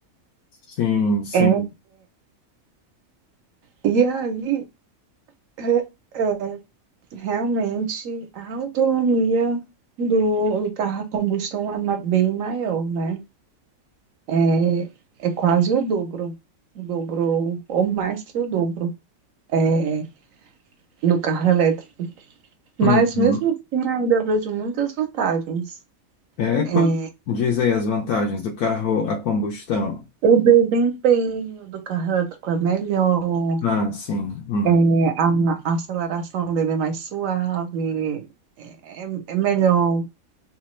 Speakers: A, on the left; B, on the right.
A: Sim, sim.
B: É, e aí, é, é, realmente, a autonomia do, do carro a combustão é ma- bem maior, né? É, é quase o dobro, o dobro, ou mais que o dobro, é, do carro elétrico. Mas
A: Uhum.
B: mesmo assim, ainda vejo muitas vantagens.
A: É
B: É,
A: quando diz aí as vantagens do carro a combustão.
B: o desempenho do carro elétrico é melhor,
A: Ah, sim. Hum.
B: É, a, a aceleração dele é mais suave, é, é é melhor.